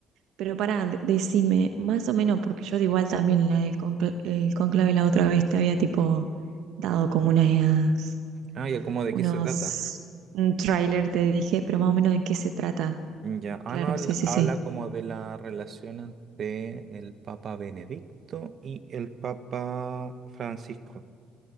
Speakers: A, on the right; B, on the right.
A: pero pará, de- decime, más o menos, porque yo de igual también la del concla- el conclave la otra vez te había tipo dado como unas,
B: Ah, ya, ¿cómo de
A: unos,
B: qué se trata?
A: un tráiler, te dije, pero más o menos de qué se trata.
B: Ya, ah,
A: Claro,
B: no, habla,
A: sí, sí,
B: habla
A: sí.
B: como de la relación entre el Papa Benedicto y el Papa Francisco.